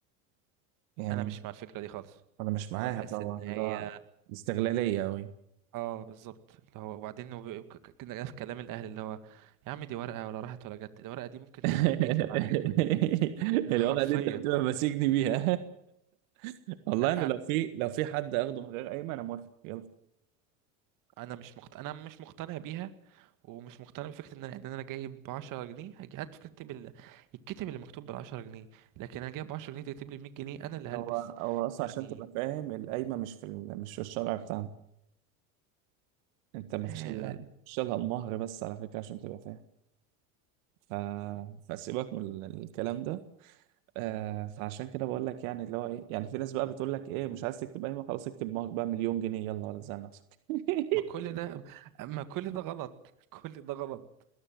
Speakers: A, on the right; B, on the right.
A: يعني
B: انا مش مع الفكرة دي خالص
A: انا مش معاها
B: انا بحس
A: طبعا
B: ان هي
A: اللي هو استغلالية قوي
B: اه بالظبط اللي هو وبعدين وب- ك- ك- كده في كلام الاهل اللي هو يا عم دي ورقة ولا راحت ولا جت الورقة دي ممكن
A: <laughs>
B: تخرب بيتي بعد كده <laughs> حرفيا
A: الوضع دي انت بتبقى ماسكني بيها <laughs> والله
B: لا
A: انا لو في لو في حد اخده من غير قايمة انا موافق يلا
B: انا مش مقت... انا مش مقتنع بيها ومش مقتنع بفكرة ان انا ان انا جايب 10 جنيه هج- هات فكرتي ال... الكتب اللي مكتوب بال 10 جنيه لكن انا جايب 10 جنيه تكتب لي 100 جنيه انا اللي هلبس
A: هو هو اصلا
B: يعني
A: عشان تبقى فاهم القايمه مش في ال... مش في الشرع بتاعنا انت ما
B: آه،
A: فيش الا مش لها المهر بس على فكره عشان تبقى فاهم ف... فسيبك من ال- الكلام ده آه فعشان كده بقول لك يعني اللي هو ايه يعني في ناس بقى بتقول لك ايه مش عايز تكتب قايمه خلاص اكتب مهر بقى مليون جنيه يلا ولا تزعل نفسك <laughs>
B: ما كل ده ما كل ده غلط <laughs> كل ده غلط